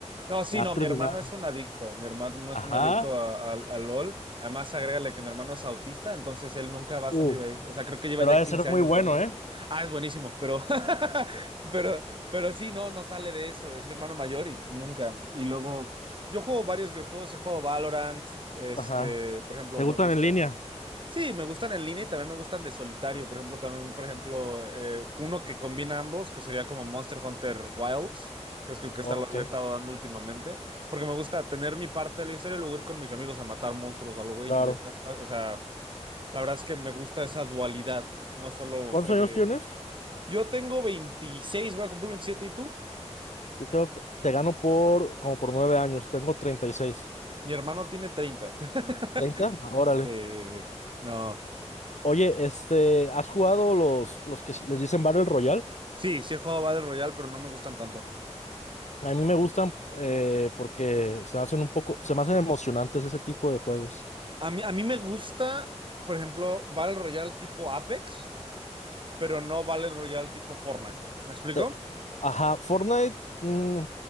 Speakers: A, on the right; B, on the left.
A: No, sí,
B: Ha
A: no,
B: terminado.
A: mi hermano es un adicto, mi hermano
B: Ajá.
A: es un adicto a, a- a LOL, además agrégale que mi hermano es autista, entonces él nunca va a
B: Uh,
A: salir de ahí, o sea, creo que lleva
B: pero
A: ya
B: ha de
A: 15
B: ser muy
A: años
B: bueno,
A: jugando.
B: ¿eh?
A: Ah, es buenísimo, pero, <laughs> pero, pero sí, no, no sale de eso, es mi hermano mayor y nunca. Y luego, yo juego varios videojuegos, he jugado Valorant, este,
B: Ajá.
A: por ejemplo,
B: ¿Te
A: me
B: gustan
A: gusta.
B: en línea?
A: Sí, me gustan en línea y también me gustan de solitario. Por ejemplo, también, por ejemplo, eh, uno que combina ambos, que sería como Monster Hunter Wilds, que es el que está-
B: Ok,
A: le he estado dando últimamente. Porque me gusta tener mi parte de la historia y luego ir con mis amigos a matar monstruos algo, güey.
B: claro.
A: Y ya está. O sea, la verdad es que me gusta esa dualidad. No solo
B: ¿Cuántos
A: soy
B: años
A: de.
B: tienes?
A: Yo tengo 26, voy a cumplir 27, ¿y tú?
B: Yo tengo, te gano por como por nueve años. Tengo 36.
A: Mi hermano tiene 30. <laughs>
B: ¿30? Ah, Órale.
A: Sí, sí, sí. No.
B: Oye, este, ¿has jugado los, los que se- les dicen Battle Royale?
A: Sí, sí he jugado Battle Royale, pero no me gustan tanto.
B: A mí me gustan eh, porque se hacen un poco, se me hacen emocionantes ese tipo de juegos.
A: A mí, a mí me gusta, por ejemplo, Battle Royale tipo Apex, pero no Battle Royale tipo Fortnite. ¿Me explico?
B: Te- Ajá, Fortnite mm,